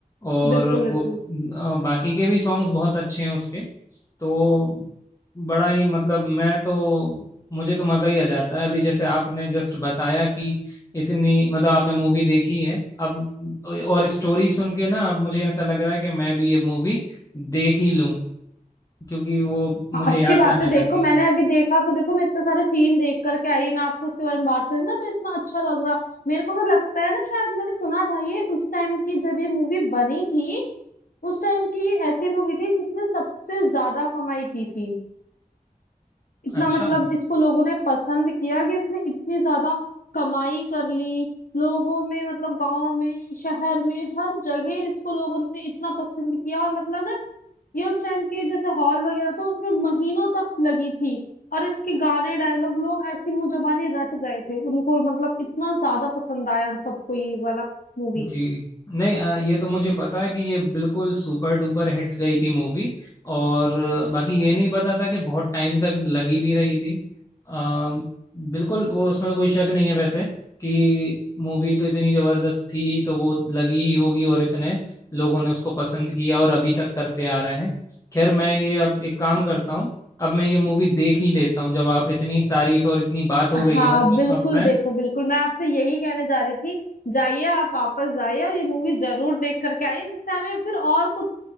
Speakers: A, on the left; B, on the left.
A: और
B: बिल्कुल बिल्कुल
A: वो अ, बाकी के भी सॉन्ग्स बहुत अच्छे हैं उसके तो बड़ा ही मतलब मैं तो मुझे तो मज़ा ही आ जाता है अभी जैसे आपने जस्ट बताया कि इतनी मतलब आपने मूवी देखी है अब और स्टोरी सुन के ना अब मुझे ऐसा लग रहा है कि मैं भी ये मूवी देख ही लूं क्योंकि वो
B: हाँ
A: मुझे
B: अच्छी
A: याद
B: बात
A: आने
B: है
A: लगी
B: देखो मैंने अभी देखा तो देखो मैं इतने सारे सीन देख करके आई मैं आपसे उसके बारे में बात करी ना तो इतना अच्छा लग रहा मेरे को तो लगता है ना शायद मैंने सुना था ये उस टाइम की जब ये मूवी बनी थी उस टाइम की ये ऐसी मूवी थी जिसने सबसे ज्यादा कमाई की थी इतना
A: अच्छा
B: मतलब इसको लोगों ने पसंद किया कि इसने इतनी ज्यादा कमाई कर ली लोगों में मतलब गांव में शहर में हर जगह इसको लोगों ने इतना पसंद किया और मतलब ना ये उस टाइम के जैसे हॉल वगैरह थे उसमें महीनों तक लगी थी और इसके गाने डायलॉग लोग ऐसी मुंह जबानी रट गए थे उनको मतलब इतना ज्यादा पसंद आया उन सबको ये वाला मूवी
A: जी नहीं अ, ये तो मुझे पता है कि ये बिल्कुल सुपर डुपर हिट गई थी मूवी और अ, बाकी ये नहीं पता था कि बहुत टाइम तक लगी भी रही थी अ, बिल्कुल वो उसमें तो कोई शक नहीं है वैसे कि मूवी तो इतनी जबरदस्त थी तो वो लगी ही होगी और इतने लोगों ने उसको पसंद किया और अभी तक करते आ रहे हैं खैर मैं ये अब एक काम करता हूँ अब मैं ये मूवी देख ही लेता हूँ जब आप इतनी तारीफ और इतनी बात हो गई
B: हाँ
A: है ना तो
B: बिल्कुल
A: अब मैं
B: देखो बिल्कुल मैं आपसे यही कहने जा रही थी जाइए आप वापस जाइए और ये मूवी जरूर देख करके आइए जिससे हमें फिर और कुछ